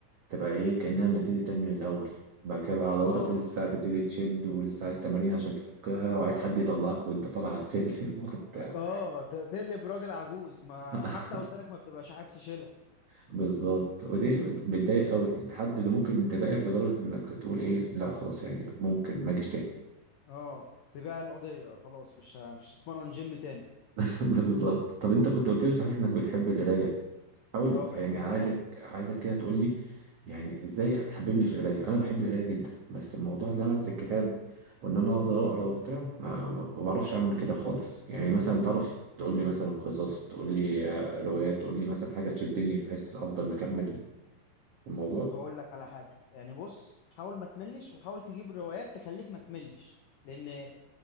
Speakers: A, on the right; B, on the left.
A: تبقى ايه كأننا بنبتدي تاني من الأول بعد كده بقى عضلاتك
B: اه
A: لسه هتبتدي تشد ولسه عايز تمارين عشان تفكها وعايز حد يطلعك وانت طالع على السلم <laughs> وبتاع
B: اه ت- تقلب راجل عجوز ما
A: <laughs>
B: حتى اوزانك ما بتبقاش عارف تشيلها
A: بالظبط ودي بتضايق قوي الحد اللي ممكن تضايقك لدرجة انك تقول ايه لا خلاص يعني ممكن ما اجيش تاني
B: اه تبيع القضية خلاص مش ه- مش هتتمرن جيم تاني
A: <laughs> بالظبط طب انت كنت قلت لي صحيح انك بتحب القراية حاول
B: اه بحب
A: يعني عايزك
B: القراية
A: عايزك كده تقول لي يعني ازاي تحببني في القرايه انا بحب القرايه جدا بس الموضوع اللي انا امسك كتاب وان انا افضل اقرا وبتاع ما ما بعرفش اعمل كده خالص يعني مثلا تعرف تقول لي مثلا قصص تقول لي آه، روايات تقول لي مثلا حاجه تشدني بحيث افضل مكمل في الموضوع
B: هقول لك على حاجة يعني بص حاول ما تملش وحاول تجيب روايات تخليك ما تملش لان